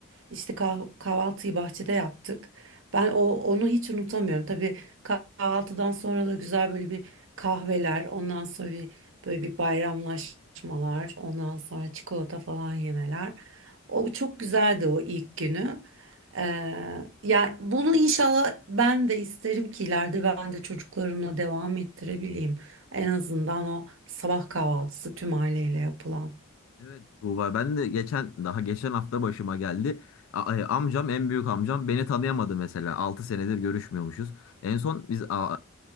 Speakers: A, on the right; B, on the left.
A: İşte kah- kahvaltıyı bahçede yaptık. Ben o onu hiç unutamıyorum. Tabii kahvaltıdan sonra da güzel böyle bir kahveler, ondan sonra bir böyle bir bayramlaşmalar, ondan sonra çikolata falan yemeler. O çok güzeldi o ilk günü. Ee, ya bunu inşallah ben de isterim ki ileride ben de çocuklarımla devam ettirebileyim. En azından o sabah kahvaltısı tüm aileyle yapılan.
B: Evet Tuğba ben de geçen daha geçen hafta başıma geldi. A- e, amcam en büyük amcam beni tanıyamadı mesela. 6 senedir görüşmüyormuşuz. En son biz a-